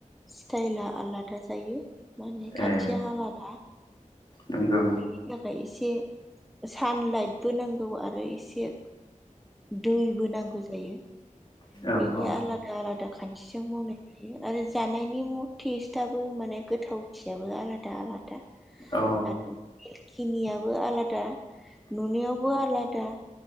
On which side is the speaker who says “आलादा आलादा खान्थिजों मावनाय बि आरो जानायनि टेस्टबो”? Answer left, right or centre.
Centre